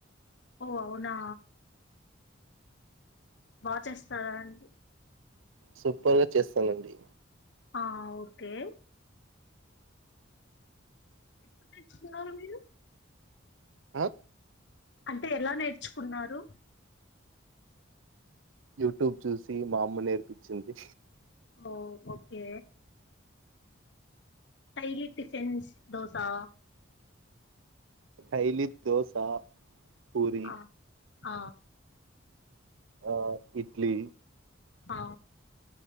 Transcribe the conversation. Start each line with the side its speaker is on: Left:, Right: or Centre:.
Left: ఓ అవునా బాచేస్తారా అండి
Right: సూపర్గా చేస్తానండి
Left: ఆ ఓకే ఎప్పుడు నేర్చుకున్నారు మీరు
Right: ఆ
Left: అంటే ఎలా నేర్చుకున్నారు
Right: యూట్యూబ్ చూసి మా అమ్మ నేర్పించింది
Left: ఓ ఓకే ఐడెంటి సెన్స్ దోసా
Right: ఆయిలీ దోసా పూరి
Left: ఆ ఆ
Right: ఆ ఇడ్లీ
Left: ఆ